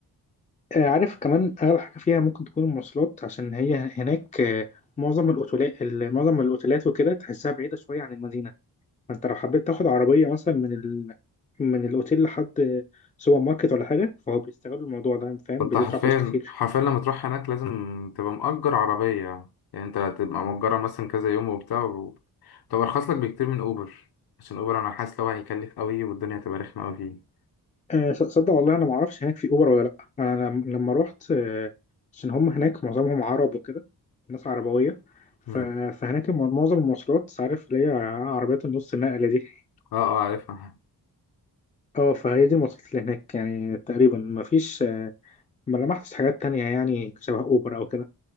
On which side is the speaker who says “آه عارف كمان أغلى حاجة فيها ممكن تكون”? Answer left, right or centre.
Left